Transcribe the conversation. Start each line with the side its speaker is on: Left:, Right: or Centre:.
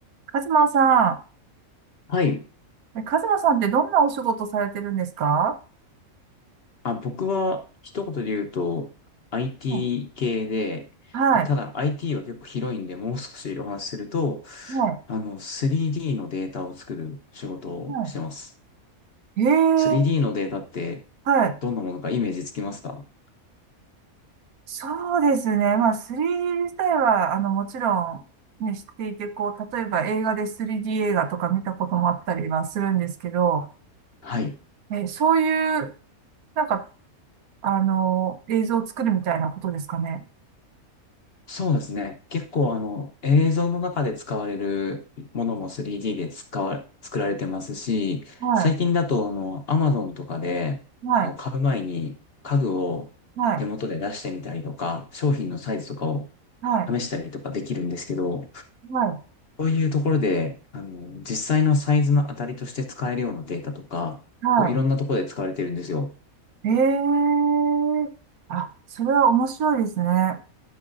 Right: カズマさ
Left: はい。
Right: ん、えカズマさんってどんなお仕事されてるんですか
Left: あ、僕は一言で言うと IT
Right: うん
Left: 系で、
Right: はい、
Left: で、ただ IT は結構広いんで、もう少しお話しすると、
Right: はい、
Left: あの、3D のデータを作る仕事をしてます。
Right: はい。ええ、
Left: 3D のデータって
Right: はい。
Left: どんなものかイメージつきますか
Right: そうですね。まあ、3D 自体は、あの、もちろん、ね、知っていて、こう、例えば映画で 3D 映画とか見たこともあったりはするんですけど、
Left: はい。
Right: え、そういう、なんか、あの、映像を作るみたいなことですかね。
Left: そうですね。結構あの、映像の中で使われるものも 3D で使わ、作られてますし、
Right: は
Left: 最近だとあの、Amazon とかでこう買う前に家具を手元で出してみたりとか、
Right: い、はい、はい、
Left: 商品のサイズとかを
Right: はい、
Left: 試したりとかできるんですけど、
Right: はい、
Left: そういうところで、あの、実際のサイズの当たりとして使えるようなデータとか、
Right: は
Left: こういろんなところで使われてるんですよ。
Right: い。ええ、あ、それは面白いですね。